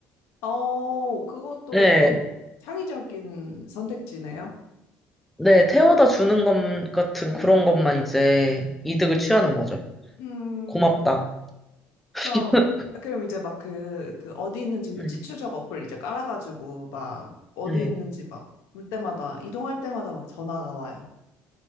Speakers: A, on the left; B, in the centre.
A: 어, 그것도
B: 네,
A: 창의적인 선택지네요.
B: 네, 태워다 주는 것 같은 그런 것만 이제 이득을 취하는 거죠.
A: 음,
B: 고맙다. <laughs>
A: 그럼 그럼 이제 막 그 그 어디 있는지
B: 네.
A: 위치 추적 어플 이제 깔아가지고 막 어디
B: 네.
A: 있는지 막 볼 때마다 이동할 때마다 막 전화가 와요.